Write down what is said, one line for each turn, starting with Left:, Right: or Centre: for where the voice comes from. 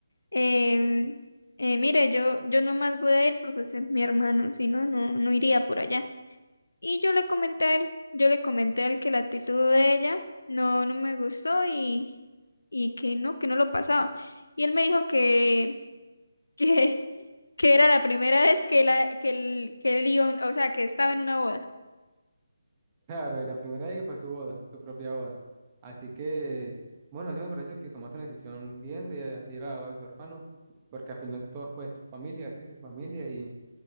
Left: em, eh, mire, yo, yo nomás voy a ir porque usted es mi hermano, si no, no, no iría por allá. Y yo le comenté a él, yo le comenté a él que la actitud de ella no, no me gustó y, y que no, que no lo pasaba. Y él me dijo que, <laughs> que, que era la primera vez que, la, que, él, que él iba, a un- o sea, que estaba en una boda.
Right: Claro, y la primera ahí fue su boda, su propia boda. Así que, bueno, sí me parece que tomaste una decisión bien de ir a la boda de su hermano, porque al final de todo fue su familia, sí, su familia, y,